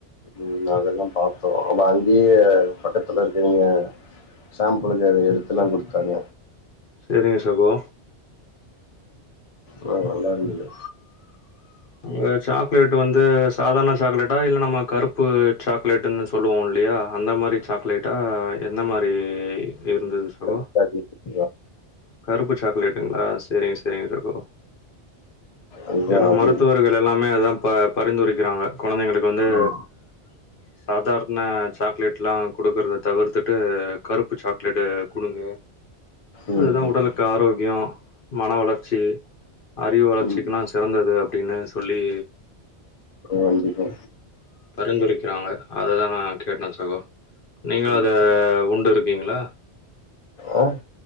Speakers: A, on the left; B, on the left.
A: ம் அதெல்லா பாத்தோ அவ அங்கேயே பக்கத்துல இருக்குறீங்க சேம்பிளுக்கு எடுத்துலா குடுத்தாங்க
B: செரிங்க சகோ
A: உம் நல்லா இருந்தது
B: அங்க சாக்லேட் வந்து சாதாரண சாக்லேட்டா இல்ல நம்ம கருப்பு சாக்லேட்ன்னு சொல்லுவோம் இல்லையா அந்த மாரி சாக்லேட்டா என்ன மாரி இருந்துது சகோ
A: <unintelligible>
B: கருப்பு சாக்லேட்டுங்களா செரிங்க செரிங்க சகோ
A: அதுதா
B: ஏன்னா
A: அது
B: மருத்துவர்கள் எல்லாமே அதான் பா பரிந்துரைக்கிறாங்க குழந்தைங்களுக்கு வந்து
A: ம்
B: சாதார்ண சாக்லேட்லா குடுக்குறத தவிர்த்துட்டு கருப்பு சாக்லேட்டு குடுங்க
A: ம்
B: அதுதா உடலுக்கு
A: ம்
B: ஆரோக்யோ மன வளர்ச்சி அறிவு வளர்ச்சிக்குனா
A: ம்
B: சிறந்தது அப்டின்னு சொல்லி
A: கண்டிப்பா
B: பரிந்துரைக்கிறாங்க அததான் நான் கேட்டேன் சகோ நீங்களு
A: ம்
B: அத உண்டு இருக்கீங்களா
A: ஆ